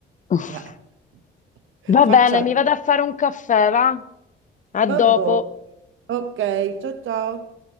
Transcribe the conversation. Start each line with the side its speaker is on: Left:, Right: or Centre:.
Left: <laughs>
Right: Cioè, <laughs>
Left: Va
Right: faccia
Left: bene,
Right: la...
Left: mi vado a fare un caffè, va? A
Right: Vabbè.
Left: dopo.
Right: Ok, ciao ciao.